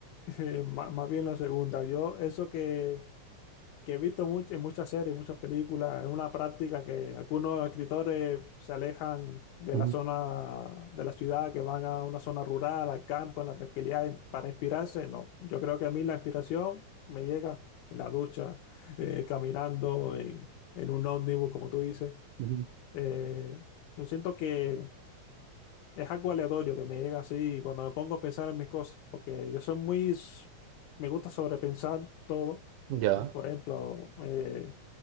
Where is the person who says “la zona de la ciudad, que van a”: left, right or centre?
Left